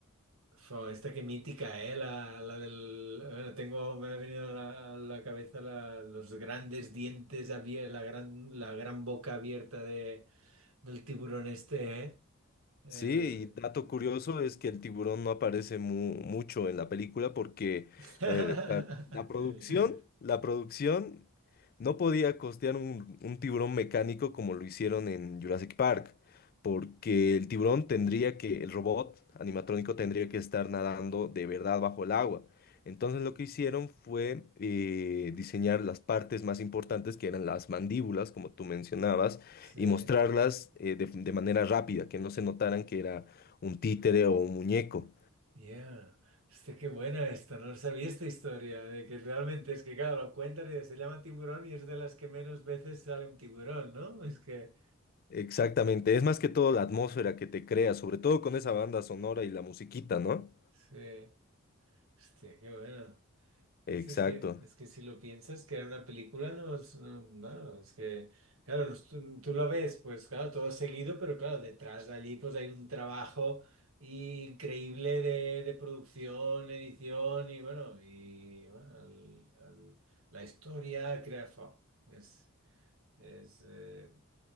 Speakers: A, on the right; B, on the left.
A: fue esta que mítica, eh, la, la del, bueno, tengo, me ha venido a la, a la cabeza la- los grandes dientes abiertos, la gran, la gran boca abierta de, del tiburón este, eh, el...
B: Sí, y dato curioso es que el tiburón no aparece mu- mucho en la película porque,
A: <laughs>
B: a ver, la, la producción, la producción no podía costear un, un tiburón mecánico como lo hicieron en Jurassic Park, porque el tiburón tendría que, el robot animatrónico tendría que estar nadando de verdad bajo el agua. Entonces lo que hicieron fue eh, diseñar las partes más importantes que eran las mandíbulas, como tú mencionabas
A: Sí.
B: y mostrarlas eh, de, de manera rápida, que no se notaran que era un títere o un muñeco.
A: Yeah. este qué buena esta, no sabía esta historia, de que realmente es que, claro, lo cuentan y se llama tiburón y es de las que menos veces sale un tiburón, ¿no? Es que,
B: Exactamente, es más que todo la atmósfera que te crea, sobre todo con esa banda sonora y la musiquita, ¿no?
A: sí, hostia, qué buena.
B: Exacto.
A: Es, es que, es que si lo piensas, crear una película no es, no, bueno, es que, claro, no es- tú, tú lo ves, pues claro, todo seguido, pero claro, detrás de allí pues hay un trabajo increíble de, de producción, edición y bueno, y bueno, al- al- la historia, crea, fa, es, es, eh,